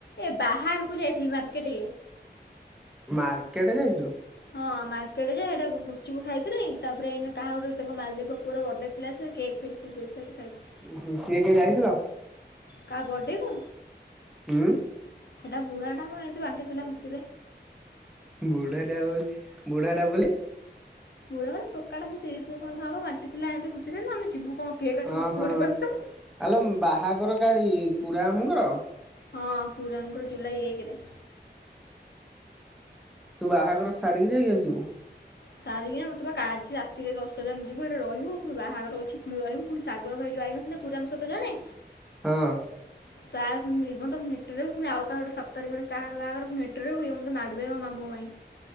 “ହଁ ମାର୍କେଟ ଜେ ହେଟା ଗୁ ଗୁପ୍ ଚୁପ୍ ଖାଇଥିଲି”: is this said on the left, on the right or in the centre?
Left